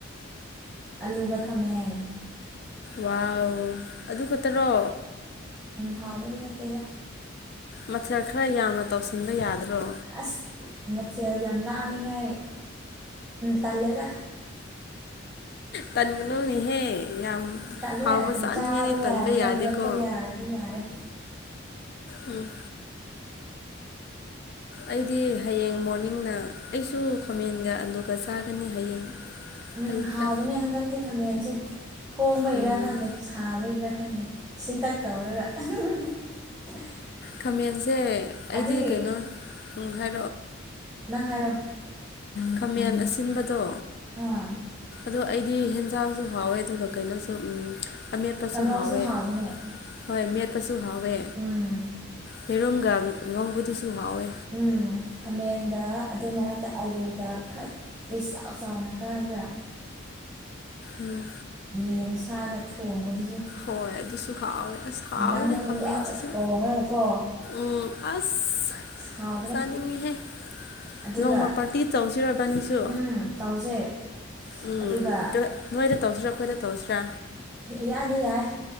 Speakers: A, in the centre; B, on the left (about 50°).
A: ꯑꯂꯨꯒꯈꯥ ꯃꯦꯟ
B: ꯋꯥꯎ ꯑꯗꯨ ꯈꯛꯇꯔꯣ
A: ꯍꯥꯎꯕꯅꯤ ꯅꯠꯇꯦꯗ
B: ꯃꯊꯦꯜ ꯈꯔ ꯌꯥꯝꯅ ꯇꯧꯁꯤꯟꯕ ꯌꯥꯗ꯭ꯔꯣ
A: ꯑꯁ ꯃꯊꯦꯜ ꯌꯥꯝ ꯂꯥꯡꯅꯤꯉꯥꯏ ꯇꯜꯂꯦꯗ
B: ꯇꯥꯟꯒꯅꯣꯅꯤꯍꯦ ꯌꯥꯝ ꯌꯥꯝ
A: ꯇꯜꯂꯦ
B: ꯍꯥꯎꯕ
A: ꯑꯗꯨꯝ
B: ꯆꯥꯅꯤꯡꯉꯗꯤ
A: ꯆꯥꯕ
B: ꯇꯟꯕ
A: ꯌꯥꯅꯕ
B: ꯌꯥꯗꯦꯀꯣ
A: ꯌꯣꯠꯄ ꯌꯥꯔꯗꯤ ꯌꯥꯔꯦ
B: ꯎꯝ ꯑꯩꯗꯤ ꯍꯌꯦꯡ ꯃꯣꯔꯅꯤꯡꯅ ꯑꯩꯁꯨ ꯈꯥꯃꯦꯟꯒ ꯑꯂꯨꯒ ꯆꯥꯒꯅꯤ ꯍꯌꯦꯡ
A: ꯎꯝ
B: ꯑꯌꯨꯛꯇ
A: ꯍꯥꯎꯕꯅꯦ ꯍꯟꯗꯛꯇꯤ ꯈꯥꯃꯦꯟꯁꯦ ꯍꯣꯡꯕ
B: ꯎꯝ
A: ꯏꯔꯥ ꯈꯪꯗꯦ ꯁꯥꯕꯩꯔꯥ ꯈꯪꯗꯦ ꯁꯤꯟꯇꯛ ꯇꯧꯔꯒ <unintelligible>
B: ꯈꯥꯃꯦꯟꯁꯦ ꯑꯩꯗꯤ
A: ꯑꯗꯨꯒꯤ
B: ꯀꯩꯅꯣ ꯍꯥꯏ
A: ꯅꯪ ꯍꯥꯏꯔꯣ
B: ꯈꯥꯃꯦꯟ ꯑꯁꯤꯟꯕꯗꯣ
A: ꯑꯥ
B: ꯑꯗꯣ ꯑꯩꯗꯤ ꯍꯦꯟꯖꯥꯡꯁꯨ ꯍꯥꯎꯋꯦ ꯑꯗꯨꯒ ꯀꯩꯅꯣꯁꯨ ꯑꯃꯦꯠꯄꯁꯨ
A: ꯀꯥꯡꯉꯧꯁꯨ
B: ꯍꯥꯎꯋꯦ
A: ꯍꯥꯎꯕꯅꯦ
B: ꯍꯣꯏ ꯃꯦꯠꯇꯁꯨ ꯍꯥꯎꯋꯦ
A: ꯎꯝ
B: ꯍꯦꯔꯣꯝꯒ ꯉꯧꯕꯗꯨꯁꯨ ꯁꯨꯍꯋꯦ
A: ꯎꯝ ꯈꯥꯃꯦꯟꯒ ꯑꯗꯨ ꯃꯔꯛꯇ ꯑꯥꯂꯨꯒ ꯈꯔ ꯄꯤꯁ ꯆꯥꯎꯅ ꯀꯛꯑꯒ
B: ꯎꯝ
A: ꯌꯦꯟ ꯁꯥꯒ ꯊꯣꯡꯕꯗ
B: ꯍꯣꯏ ꯑꯗꯨ ꯑꯗꯨꯁꯨ ꯍꯥꯎꯣꯏ ꯑꯁ ꯍꯥꯎꯣꯏꯅꯦ
A: ꯅꯪ ꯅꯪ
B: ꯈꯝꯁꯤꯦꯁꯨ
A: ꯂꯥꯎꯅ ꯊꯣꯡꯉꯒꯀꯣ
B: ꯎꯝ ꯑꯁ
A: ꯑꯁ ꯍꯥꯎꯕꯅꯦ
B: ꯆꯥꯅꯤꯡꯉꯤꯍꯦ
A: ꯑꯗꯨꯒ
B: ꯅꯣꯡꯃ ꯄꯥꯔꯇꯤ ꯆꯥꯎꯧꯁꯤꯔ ꯐꯅꯤꯁꯨ
A: ꯎꯝ ꯇꯧꯁꯦ
B: ꯎꯝ
A: ꯑꯗꯨꯒ
B: ꯅꯣꯏꯗ ꯇꯧꯁꯤꯔꯥ ꯑꯩꯈꯣꯏꯗ ꯇꯧꯁꯤꯔꯥ
A: ꯌꯥꯗꯦ ꯌꯥꯏ